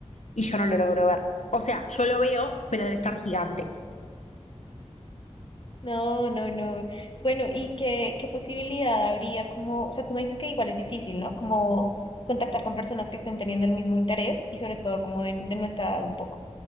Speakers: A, on the left; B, on the left.
A: y yo no lo logro ver. O sea, yo lo veo, pero debe estar gigante.
B: No, no, no. Bueno, ¿y qué, qué posibilidad habría como, o sea, tú me dices que igual es difícil, ¿no? Como contactar con personas que estén teniendo el mismo interés y sobre todo como de, de nuestra edad un poco.